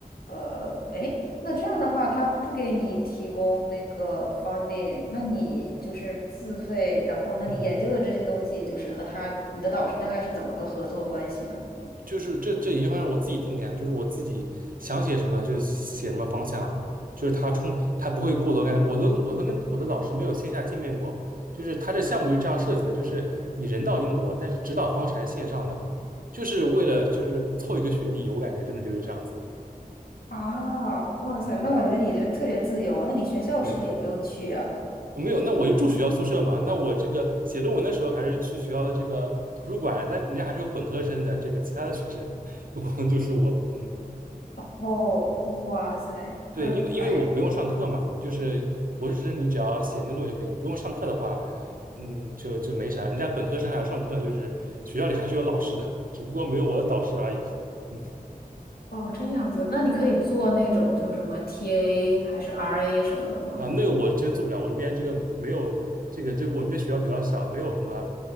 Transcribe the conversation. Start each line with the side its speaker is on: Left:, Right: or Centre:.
Left: 呃，诶，那这样的话，他不给你提供那个 funding，那你就是自费，然后那你研究的这些东西，
Right: 嗯嗯。
Left: 就是和他，你的导师大概是怎么个合作关系呢？
Right: 就是这这研究方向我自己定的呀，就是我自己想写什么就写什么方向，就是他冲他不会过多干，我都我都跟我的老师没有线下见面过，就是他这项目就这样设计的，就是你人到英国，但是指导方式还是线上的，就是为了就是凑一个学历，我感觉真的就是这样子。
Left: 啊，哇塞，
Right: 嗯，
Left: 那我觉得你就特别自由，那你学校是不是也不用去呀？
Right: 对，哦没有，那我就住学校宿舍嘛，那我这个写论文的时候还是去学校的这个图书馆，但人家还是有本科生的这个其他的学生，<laughs> 不光就是我，嗯。
Left: 哦，
Right: 嗯
Left: 哇塞，
Right: 对，
Left: 那哎，
Right: 因为因为我不用上课嘛，就是博士生你只要写那论文就可以，你不用上课的话，嗯，就就没啥。人家本科生还要上课，就是学校里还是有老师的，只不过没有我的导师而已。嗯，
Left: 哦，这样子，那你可以做那种就是什么 TA 还是 RA 什么的吗？
Right: 啊，那个我真做不了，我这边这个没有这个，就我们这边学校比较小，没有什么